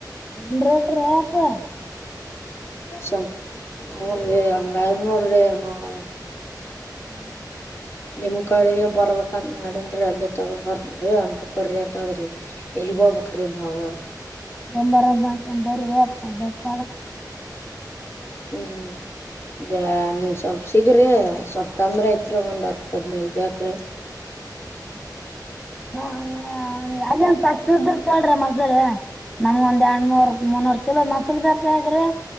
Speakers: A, on the left; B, on the left.
A: ಒ ರೋಟ ರ ಆ
B: ಸ ಹರಿ ಹಂಗ ಆದ ನೋಡ್ರಿ ನೋಡ
A: ಹ್ಮ್
B: ನಿಮ ಕಡೆಿಗೆ ಬರ್ಬೇಕಂತ ಮಾಡೇನ್ಿ ಅಲ್ಲಿ ತಗೊ್ ಬರ್ತನ್ೀ ಅಂತ ಪರಿ್ಯಾಟ ಅದ್ರಿ ಲಬಬ್ ಕ್ರ ಹವ
A: ಂಬರ ಮಾತ ಬ್ರ ಬೆಟ್ಟ
B: ಹ್ಮ್ ಬ ನೀನ್ ಸ್ವಲ್ಪ ಸಿಗ್ರಿ ಸ್ವಲ್ಪ ತೊಂದ್ರ ಐತ್ರಿ ಒಂದ್ ಹತ್ ಹದನೈದ ಬೇಕ್ರಿ
A: ಆಯ್ ಳ್ರಿ ಮಸಾಲ ನಮ್ಗ ಒಂದ್ ಎರಡ್ನೂರ್ ಮುನ್ನೂರ್ ಕಲೋ ಮಸಾಲ ಬೇಕ್ರಿ